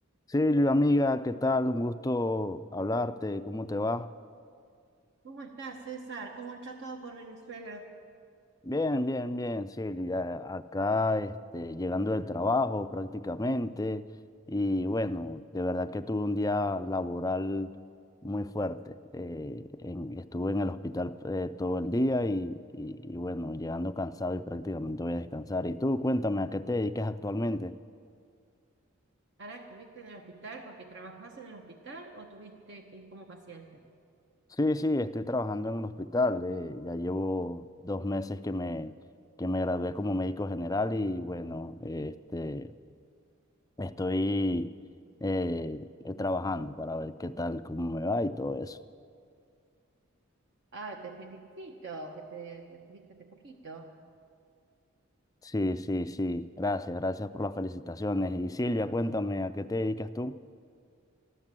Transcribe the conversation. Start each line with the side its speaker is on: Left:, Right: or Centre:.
Left: Silvia, amiga, ¿qué tal? Un gusto hablarte, ¿cómo te va?
Right: ¿Cómo estás, César? ¿Cómo está todo por Venezuela?
Left: Bien, bien, bien, Silvia. Acá, este, llegando del trabajo prácticamente y bueno, de verdad que tuve un día laboral muy fuerte. Eh, en- estuve en el hospital eh, todo el día y, y y bueno, llegando cansado y prácticamente voy a descansar. Y tú, cuéntame, ¿a qué te dedicas actualmente?
Right: ¿Ahora estuviste en el hospital porque trabajás en el hospital o tuviste que ir como paciente?
Left: Sí, sí, estoy trabajando en un hospital. eh, ya llevo dos meses que me, que me gradué como médico general y bueno, este, estoy eh, eh, trabajando para ver qué tal, cómo me va y todo eso.
Right: Ah, te felicito que te recibiste hace poquito.
Left: Sí, sí, sí. Gracias, gracias por las felicitaciones. Y Silvia, cuéntame, ¿a qué te dedicas tú?